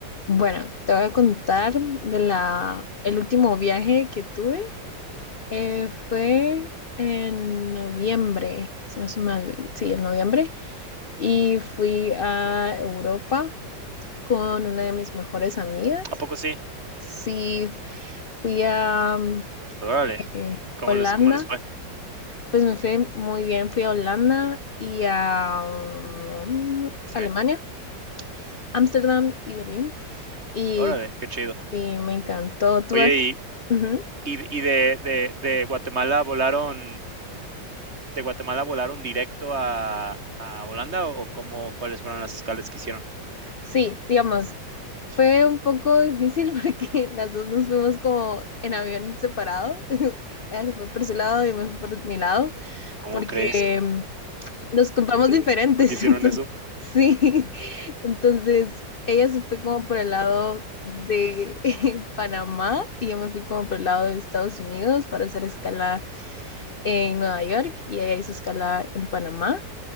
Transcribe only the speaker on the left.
Bueno, te voy a contar de la, el último viaje que tuve. eh, fue en noviembre, si no estoy mal, sí, en noviembre. Y fui a Europa con una de mis mejores amigas.
Sí, fui a mm,
eh,
Holanda.
Pues me fue muy bien. Fui a Holanda y a mm,
Alemania, Ámsterdam y Berlín. Y
sí, me encantó. Tú
has...
Ujú.
Sí, digamos, fue un poco difícil <laughs> porque las dos nos fuimos como en avión separado. <laughs> Ella se fue por su lado y me fui por mi lado
porque
mm, nos compramos diferentes.
<laughs> Entonces,
sí, entonces ella se fue como por el lado de <laughs> Panamá y yo me fui como por el lado de Estados Unidos para hacer escala en Nueva York y ella hizo escala en Panamá.